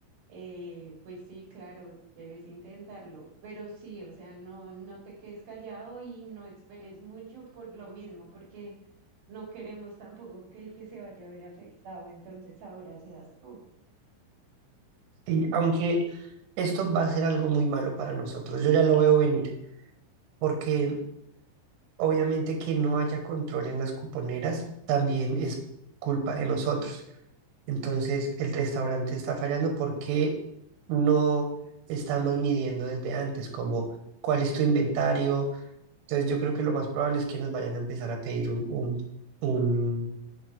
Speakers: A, on the right; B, on the right.
A: eh, pues sí, claro, debes intentarlo, pero sí, o sea, no, no te quedes callado y no esperes mucho por lo mismo, porque no queremos tampoco que el que se vaya a ver afectado, entonces ahora seas tú.
B: y aunque esto va a ser algo muy malo para nosotros, yo ya lo veo venir, porque obviamente que no haya control en las cuponeras también es culpa de nosotros. Entonces, el restaurante está fallando porque no estamos midiendo desde antes, como cuál es tu inventario. Entonces, yo creo que lo más probable es que nos vayan a empezar a pedir un, un, un,